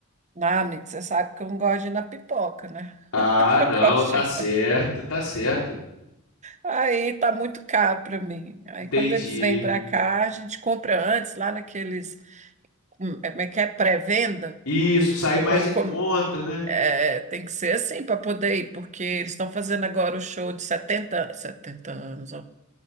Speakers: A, on the right; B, on the left.
A: Ah, amigo, você sabe que eu não gosto de ir na pipoca, né?
B: Ah,
A: <laughs> Eu
B: não,
A: gosto
B: tá
A: de...
B: certo, tá certo.
A: Aí tá muito caro para mim. Aí
B: Entendi.
A: quando eles vêm para cá, a gente compra antes, lá naqueles, hum, é, como é que é? Pré-venda.
B: Isso, sai mais
A: Quando
B: em
A: com-
B: conta, né?
A: é, tem que ser assim para poder ir, porque eles estão fazendo agora o show de setenta setenta anos, ó.